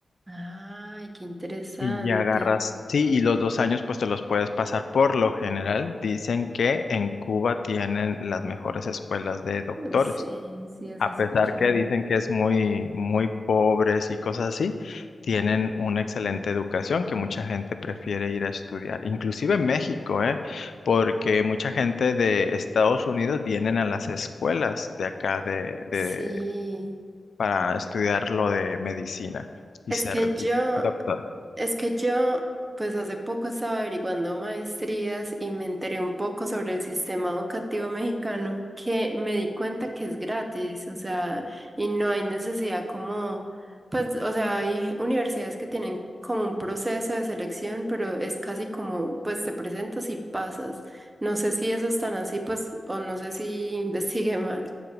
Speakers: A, on the right; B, on the left.
A: Ay, qué interesante.
B: Y ya agarras, sí, y los dos años pues te los puedes pasar. Por lo general, dicen que en Cuba tienen las mejores escuelas de doctores.
A: Sí, sí, eso
B: A
A: he
B: pesar
A: escuchado.
B: que dicen que es muy, muy pobres y cosas así, tienen una excelente educación que mucha gente prefiere ir a estudiar, inclusive en México, ¿eh? Porque mucha gente de Estados Unidos vienen a las escuelas de acá de, de,
A: Sí,
B: para estudiar lo de medicina y
A: es
B: ser
A: que yo,
B: y- doctor.
A: Es que yo, pues hace poco estaba averiguando maestrías y me enteré un poco sobre el sistema educativo mexicano, que me di cuenta que es gratis, o sea, y no hay necesidad como, pues, o sea, hay universidades que tienen como un proceso de selección, pero es casi como, pues te presentas y pasas. No sé si eso es tan así, pues, o no sé si investigué mal.